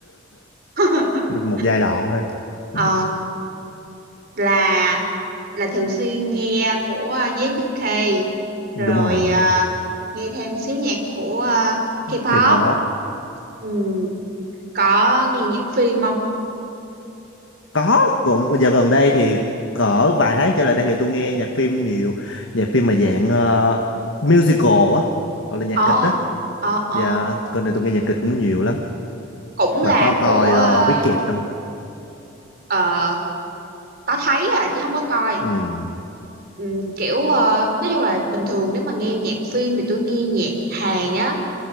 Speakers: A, on the right; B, on the left.
A: <laughs>
B: <laughs> một giai đoạn thôi
A: ờ
B: <laughs>
A: là là thường xuyên nghe của ờ, JUK
B: đúng
A: rồi
B: rồi
A: ờ, nghe thêm xíu nhạc của ờ, K-pop
B: K-pop
A: Ừm, có nghe nhạc phim không
B: có cũng giờ gần đây thì cỡ vài tháng trở lại đây thì tôi nghe nhạc phim nhiều nhạc phim mà dạng ờ, musical á gọi là nhạc
A: ờ
B: kịch á
A: ờ ờ
B: dạ gần đây tôi nghe nhạc kịch cũng nhiều lắm
A: cũng
B: bà
A: là
B: có coi
A: của
B: ờ,
A: ờ,
B: Wicked không
A: ờ, có thấy à chứ không có coi
B: Ừm.
A: Ừm, kiểu ờ, nói chung là bình thường nếu mà nghe nhạc phim thì tôi nghe nhạc Hàn á